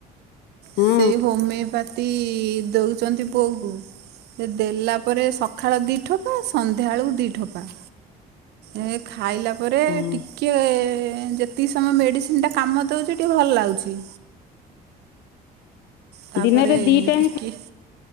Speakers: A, on the left; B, on the right.
A: ହଁ
B: ସେଇ ହୋମିଓପାଥି ଦଉଛନ୍ତି ବୋଉକୁ। ସେ ଦେଲା ପରେ ସକାଳ ଦୁଇ ଠୋପା ସନ୍ଧ୍ୟାବେଳକୁ ଦୁଇ ଠୋପା। ଏ ଖାଇଲା ପରେ
A: ହଁ
B: ଟି କିଏ ଯେତିକି ସମୟ ମେଡିସିନି କାମ ଦେଉଛି ଟିକେ ଭଲ ଲାଗୁଛି। ତାପରେ
A: ଦିନରେ ଦି ଟାଇମ୍
B: ଟିକେ